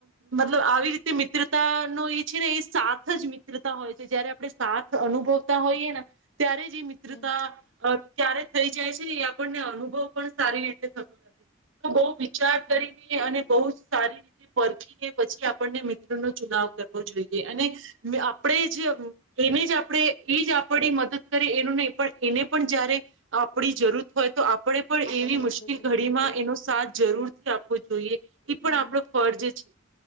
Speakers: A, on the right; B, on the left.
A: મતલબ આવી રીતે મિત્ર તા નો એ છે ને એ સાથ જ મિત્રતા હોય છે જયારે આપણે સાથ અનુભવતા હોઈએ ને ત્યારે જ એ મિત્રતા
B: હમ
A: અ ત્યારે થઈ જાય છે ને એ આપણને અનુભવ પણ સારી રીતે થતો નથી તો બઉ વિ ચાર
B: હા
A: કરીને અને બહુ જ સારી રીતે પરખી ને પછી આપણને મિત્રનો ચુનાવ કરવો જોઈએ અને આપણે જ એને જ આપણે ઈજ આપણી મદદ કરીએ એનું નહીં પણ એને પણ જયારે આપણી જરૂરત હોય તો આપણે પણ
B: આપણને
A: એવી
B: મદદરૂપ
A: મુશ્કેલ ઘડીમાં એનો સાથ જરૂરથી આપવો જોઈએ. ઈ
B: હા.
A: પણ આપણો ફર્જ છે.